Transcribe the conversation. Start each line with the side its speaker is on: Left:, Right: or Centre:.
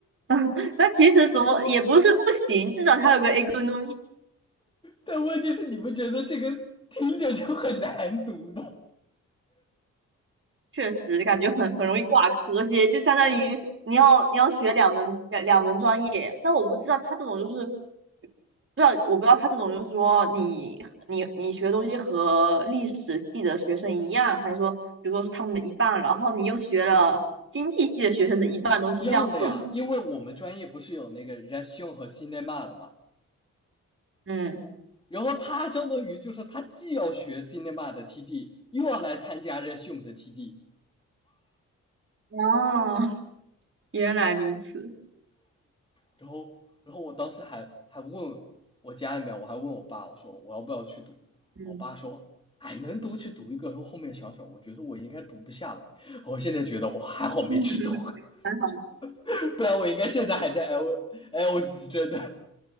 Right: <laughs> 那其实怎么也不是不行，至少它有个 economy，
Left: 但问题是，你不觉得这个听着就很难读吗？
Right: 确实感觉很很容易挂科些，就相当于你要你要学两门两两门专业，但我不知道他这种就是，不知道我不知道他这种就是说你你你学东西和历史系的学生一样，还是说比如说是他们的一半，然后你又学了经济系的学生的一半东西这样混合，
Left: 一样的呀，因为我们专业不是有那个 r e s i o n 和 cinema 的嘛，
Right: 嗯，
Left: 然后他相当于就是他既要学 cinema 的 TD，又要来参加 r e s i o n 的 TD，
Right: 哦，<laughs> 原来如此，
Left: 然后然后我当时还还问我家里面，我还问我爸，我说我要不要去读，
Right: 嗯，
Left: 我爸说。哎，能读去读一个，然后后面想想，我觉得我应该读不下来。我现在觉得我还好没去读，
Right: <laughs> 还好。
Left: <laughs> 不然我应该现在还在 L L g 真的。